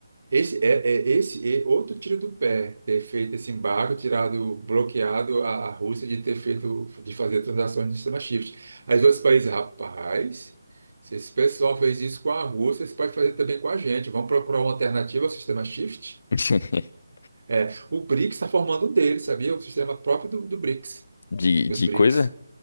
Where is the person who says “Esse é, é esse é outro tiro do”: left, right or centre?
Right